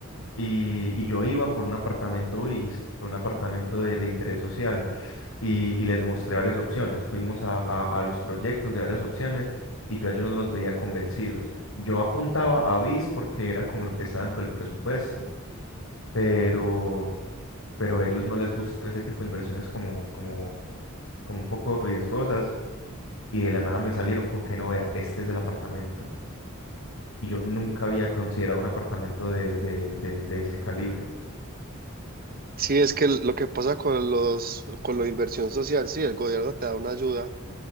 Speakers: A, on the left; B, on the right.
A: y, y yo iba por un apartamento BIS, por un apartamento de, de interés social y, y les mostré varias opciones. Fuimos a, a, a los proyectos de varias opciones y yo a ellos no los veía convencidos. Yo apuntaba a BIS porque era como lo que estaba dentro del presupuesto pero, pero a ellos no les gustan ese tipo de inversiones como, como, como un poco riesgosas y de la nada me salieron con que no vea, este es el apartamento. Y yo nunca había considerado un apartamento de, de, de, de ese calibre,
B: Sí, es que lo que pasa con los, con la inversión social, sí, el gobierno te da una ayuda